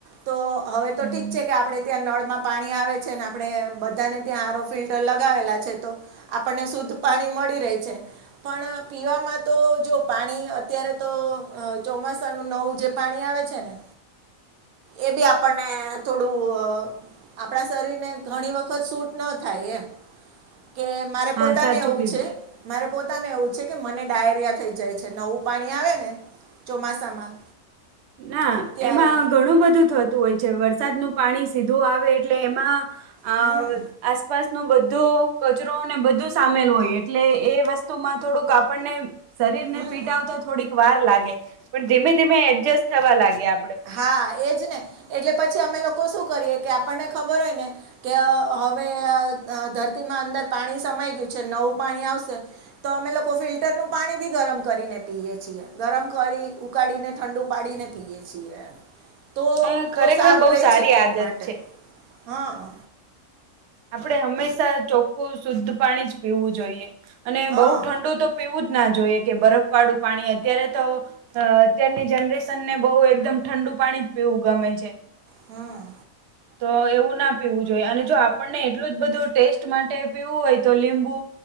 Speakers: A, on the right; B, on the right.
A: તો હવે
B: હમ
A: તો ઠીક છે કે આપડે ત્યાં નળ માં પાણી આવે છે ને આપણે બધાને ત્યાં આરો ફિલ ટર લગાવેલા છે તો આપણને શુદ્ધ પાણી મળી રે છે. પણ પીવામાં તો જો પાણી અત્યારે તો ચોમાસાનું નવું જે પાણી આવે છે ને એ ભી આપણને થોડું અ આપડા શરીરને ઘણી વખત સૂટ ન થાય એમ. કે મારે
B: હા
A: પોતાને
B: સાચું
A: એવું
B: કીધું
A: છે. મારે પોતાને એવું છે કે મને ડાયેરિયા થઈ જાય છે નવું પાણી આવે ને ચોમાસામાં.
B: ના
A: ત્યારે
B: એમા ઘણું બધું થત તું હોય છે વરસાદનું પાણી સીધું આવે એટલે એમાં આ
A: હમ
B: આસપાસ નું બધું કચરો ને બધું સામીલ હોય એટલે એ વસ્તુમાં થોડુંક આપણને શરીર
A: હમ
B: ને ફીટ આવતા થોડીક વાર લાગે પણ ધીમે ધીમે એડજસ્ટ થવા લાગે આપ.
A: હા એજ ને એટલે પછી અમે લોકો શું કરીએ કે આપણને ખબર હોય ને કે હવે અ ધરતીમાં અંદર પાણી સમાઈ ગયું છે ને નવું પાણી આવશે તો અમે લોકો ફિલ્ટરનું પાણી ભી ગરમ કરીને પીએ છીએ. ગરમ કરી, ઉકાળીને, ઠંડુ પાડીને પીયેએ છીએ એમ. તો
B: એ
A: તો
B: ખરેખર
A: સારું
B: બહુ
A: રહે
B: સારી
A: છે પેટ
B: આદત
A: માટે એટલે હ.
B: આપડે હંમેશા ચોખ્ખું ન શુદ્ધ પાણી જ પીવું જોઈએ અને
A: હા
B: બવ ઠંડુ તો પીવું જ ના જોઈએ કે બરફ વાળું પાણી અત્યારે તો અ, અત્યારની જનરેશન ને બહુ એકદમ ઠંડુ પાણી જ પીવું ગમે છે.
A: હમ્મ.
B: તો એવું ના પીવું જોઈએ અને જો આપણને એટલું જ બધું ટેસ્ટ માટે પીવું હોય તો લીંબુ